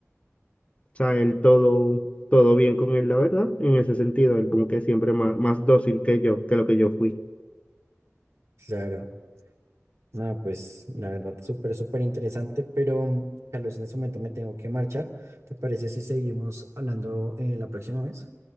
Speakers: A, on the left; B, on the right.
A: O sea, él todo, todo bien con él, la verdad, en ese sentido, él como que siempre más, más dócil que yo, que lo que yo fui.
B: claro. No, pues la verdad, súper, súper interesante, pero mm, Carlos, en este momento me tengo que marchar. ¿Te parece si seguimos hablando eh, la próxima vez?